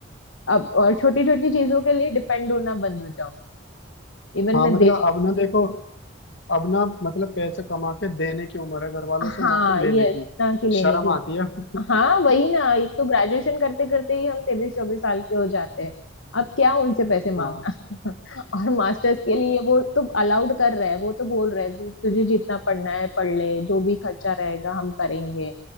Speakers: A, on the left (about 85°); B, on the left (about 65°).
A: अब और छोटी छोटी चीजों के लिए डिपेंड होना बंद हो जाऊंगी इवन
B: हाँ
A: मैं
B: मतलब
A: दे पाऊँ
B: अब ना देखो अब ना मतलब पैसे कमा के देने की उम्र है घर वालों
A: हाँ
B: से ना कि लेने
A: यस
B: की
A: ना कि लेने
B: शर्म
A: की
B: आती
A: उम्र।
B: है <laughs>
A: हाँ वही ना एक तो ग्रेजुएशन करते करते ही हम तेईस चौबीस साल के हो जाते हैं अब क्या उनसे पैसे मांगना
B: हाँ
A: <laughs> और मास्टर्स के लिए वो तो अलाउड कर रहा है वो तो बोल रहा है "तु- तुझे जितना पढ़ना है पढ़ ले जो भी खर्चा रहेगा हम करेंगे